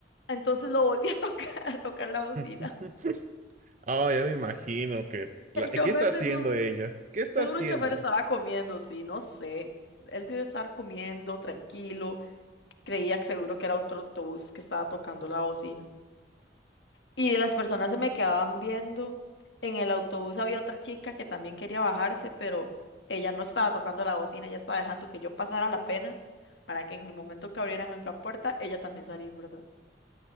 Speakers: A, on the left; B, on the right.
A: Entonces lo volví a tocar, <laughs> a tocar la bocina.
B: <laughs> Oh, ya me imagino que... la-
A: El
B: ¿Qué
A: chofer
B: está haciendo
A: seguro,
B: ella? ¿Qué está
A: seguro
B: haciendo?
A: el chofer estaba comiendo, sí, no sé. Él debe estar comiendo, tranquilo. Creía que seguro que era otro autobús que estaba tocando la bocina. Y las personas se me quedaban viendo. En el autobús había otra chica que también quería bajarse, pero ella no estaba tocando la bocina, ella estaba dejando que yo pasara la pena para que en el momento que abrieran el- la puerta, ella también saliera, ¿verdad?